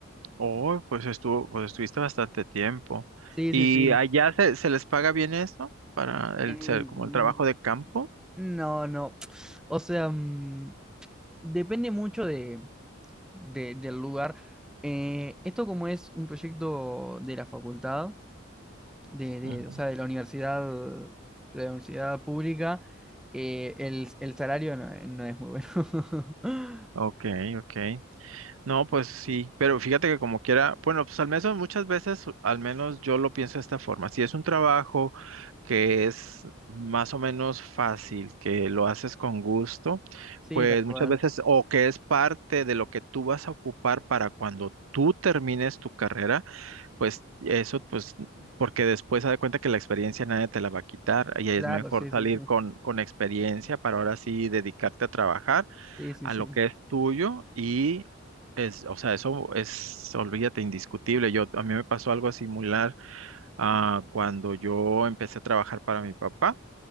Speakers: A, on the right (about 80°); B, in the centre.
A: Oh, pues estuvo, pues estuviste bastante tiempo.
B: Sí,
A: ¿Y
B: sí, sí.
A: allá se, se les paga bien esto para
B: En...
A: el ser como el trabajo de campo?
B: No, no. <tsk> O sea, mm, depende mucho de, de- del lugar. Eh, esto como es un proyecto de la facultad. de, de,
A: Ujú.
B: o sea, de la universidad, de la universidad pública, eh, el, el salario no, no es muy bueno. <laughs>
A: Ok, ok. No, pues sí, pero fíjate que como quiera, bueno, pues al menos muchas veces, al menos yo lo pienso de esta forma, si es un trabajo que es más o menos fácil, que lo haces con gusto,
B: Sí,
A: pues
B: tal cual.
A: muchas veces, o que es parte de lo que tú vas a ocupar para cuando tú termines tu carrera, pues eso, pues, porque después se da cuenta que la experiencia nadie te la va a quitar y es
B: Claro,
A: mejor
B: sí,
A: salir
B: sí, sí.
A: con, con experiencia para ahora sí dedicarte a trabajar
B: Sí, sí,
A: a
B: sí.
A: lo que es tuyo y es, o sea, eso es, olvídate, indiscutible. Yo, a mí me pasó algo similar ah, cuando yo empecé a trabajar para mi papá,